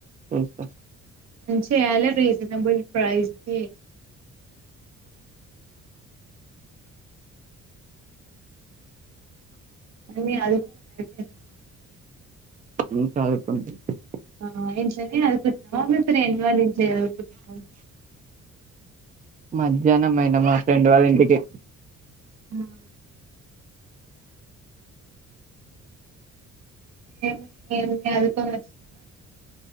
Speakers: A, on the right; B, on the right.
A: తెలుసా
B: చేయాలే రీసనబుల్ ప్రైస్‌కే మని అది కూడా వైటేనా
A: <unintelligible>
B: ఆ ఇంట్లోనే అదువుకుంటున్నావ మీ ఫ్రెండ్ వాళ్ళ ఇంట్లో చదుకుంటున్నావ
A: మధ్యాహ్నం అయినా మా ఫ్రెండ్ వాళ్ళ ఇంటికి
B: హ్మ్ ఏమి ఏం చదువుకోని వచ్చినారా